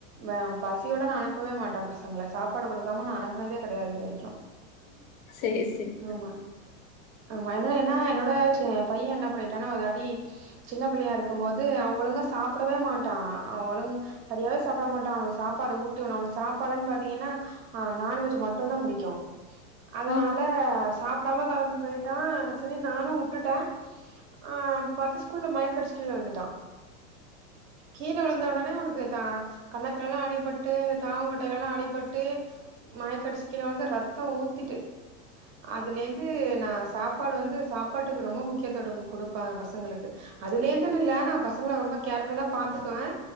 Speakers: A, on the right; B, on the left.
A: மே பசியோட நா அனுப்பவே மாட்டே பசங்கள சாப்பாடு கொடுக்காம நா அனுப்னதே கெடையாது இது வரைக்கு
B: சேர் சேர்
A: ஆமா ஆமா என்னோட என்ன என்னோட சே பைய என்ன பண்ணிட்டானா ஒரு வாட்டி சின்ன பிள்ளையா இருக்கு போது அவ ஒழுங்க சாப்டவே மாட்டா அவ ஒழுங் சரியாவே சாப்ட மாட்டா அவனுக்கு சாப்பாடு ஊட்டிவுனு அவன சாப்பாடுன் பாத்தீங்கனா அவ நான்வெஜ் மட்டு தா புடிக்கு அதனால
B: ஆ
A: சாப்டாம கெளம்பி போயிட்டா சேரி நானு வுட்டுட்டே ஆ பாத்த ஸ்கூல்ல மயக்க அடிச்சுட்டு கீழே விழுந்துட்டா கீழே விழுந்த உடனே அவனுக் கு தா கன்னத்துல எல்லா அடிபட்டு தாவங்கொட்டையில எல்லா அடிபட்டு மாயக்கோ அடிச்சி கிழவிழுந்து ரத்தம் ஊத்திட்டு அதுலேருந்து நா சாப்பாடு வந்து சாப்பாட்டுக்கு ரொம்ப முக்கியத்துடம் கொடுப்பே பசங்களுக்கு அதுலேந்துனு இல்ல நா பசங்கள ரொம்ப கேர்ஃபுல் தா பாத்துக்குவே